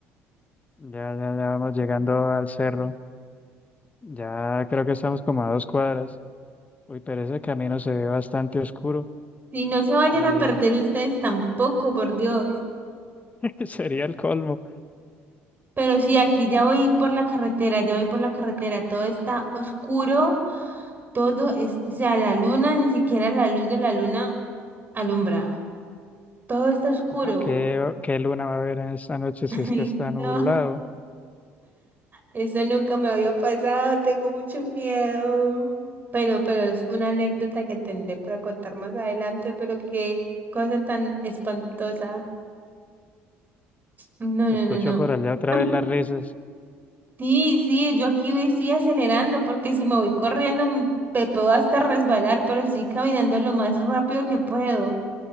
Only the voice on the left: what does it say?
Ya, ya, ya vamos llegando al cerro. Ya creo que estamos como a dos cuadras. Uy, pero ese camino se ve bastante oscuro
y
<laughs> sería el colmo.
No, ¿qué, qué luna va a haber en esta noche si
es
que está
nublado?
Escucho
por allá otra
vez las risas.